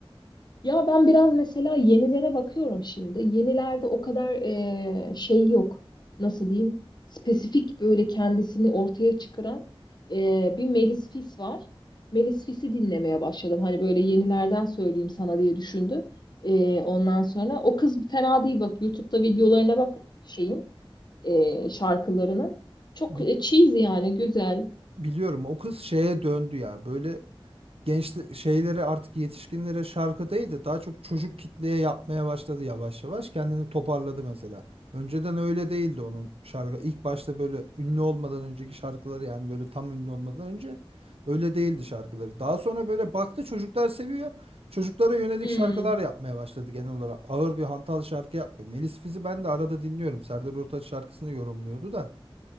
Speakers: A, on the left; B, on the right.
A: Ya ben biraz mesela yenilere bakıyorum şimdi. Yenilerde o kadar eee, şey yok. Nasıl diyeyim? Spesifik böyle kendisini ortaya çıkaran eee, bir Melis Fis var. Melis Fis'i dinlemeye başladım. Hani böyle yenilerden söyleyeyim sana diye düşündüm. Eee, ondan sonra o kız fena değil bak. YouTube'da videolarına bak şeyin eee,
B: O,
A: şarkılarının. Çok
B: bi-
A: e, cheesy yani güzel.
B: biliyorum o kız şeye döndü ya. Böyle genç şeyleri artık yetişkinlere şarkı değil de daha çok çocuk kitleye yapmaya başladı yavaş yavaş. Kendini toparladı mesela. Önceden öyle değildi onun şarkı. İlk başta böyle ünlü olmadan önceki şarkıları yani böyle tam ünlü olmadan önce öyle değildi şarkıları. Daha sonra böyle baktı çocuklar seviyor. Çocuklara yönelik
A: Hmm,
B: şarkılar yapmaya başladı genel olarak. Ağır bir hantal şarkı yapmıyor. Melis Fiz'i ben de arada dinliyorum. Serdar Ortaç şarkısını yorumluyordu da.